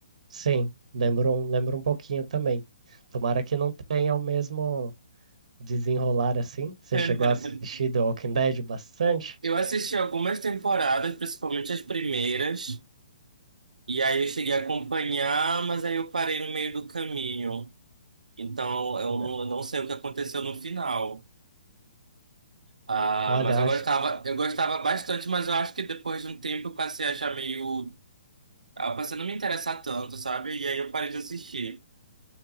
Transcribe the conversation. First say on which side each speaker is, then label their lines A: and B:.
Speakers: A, on the right; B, on the right.
A: sim, lembro um, lembro um pouquinho também. Tomara que não tenha o mesmo desenrolar assim. Você
B: <laughs>
A: chegou a assistir The Walking Dead bastante?
B: Eu assisti algumas temporadas, principalmente as primeiras, e aí eu cheguei a acompanhar, mas aí eu parei no meio do caminho. Então eu
A: Né.
B: não, eu não sei o que aconteceu no final. Ah,
A: Olha,
B: mas eu
A: acho,
B: gostava, eu gostava bastante, mas eu acho que depois de um tempo eu passei a achar meio. Ah, passei a não me interessar tanto, sabe? E aí eu parei de assistir